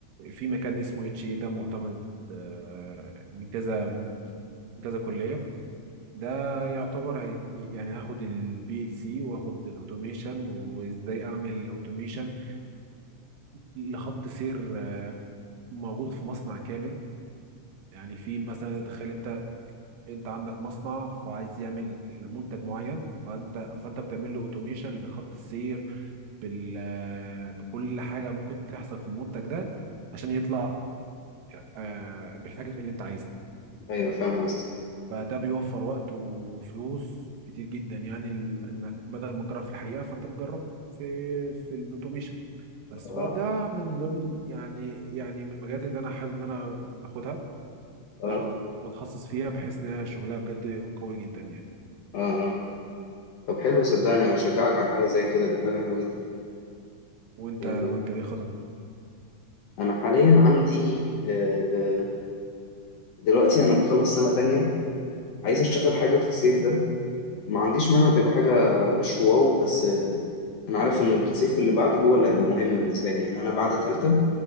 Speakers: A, on the right; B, on the left.
A: في مكان اسمه اتش اي ده معتمد آه، من كذا من كذا كليه ده يعتبر هي يعني هاخد البي ال سي واخد الاوتوميشن وازاي اعمل اوتوميشن لخط سير آه، موجود في مصنع كامل يعني في مثلا تخيل انت انت عندك مصنع فعايز يعمل منتج معين فانت فانت بتعمل له اوتوميشن لخط السير بال آه، بكل حاجه ممكن تحصل في المنتج ده عشان يطلع آه، بالحاجه اللي انت عايزها
B: أيوه فاهم قصدك
A: فده بيوفر وقت وفلوس كتير جدا يعني ال- انك بدل ما تجرب في الحقيقه فانت بتجرب في في الاوتوميشن بس
B: أه
A: فده من ضمن يعني يعني من المجالات اللي انا حابب ان انا اخدها
B: أه
A: آه،
B: أه
A: وبتخصص فيها بحيث ان هي شغلها بجد قوي جدا يعني
B: أه آه. طب حلو صدقني
A: م.
B: أشجعك على حاجة زي كده دي حاجة حلوة جدا
A: وانت
B: آه.
A: وانت ايه خططك؟
B: أنا حاليا عندي آه، دلوقتي أنا بخلص سنة تانية عايز أشتغل حاجة في الصيف ده ما عنديش مانع تبقى حاجة مش واو بس آه، أنا عارف إن الصيف اللي بعده هو اللي هيبقى مهم بالنسبة لي يعني أنا بعد تالتة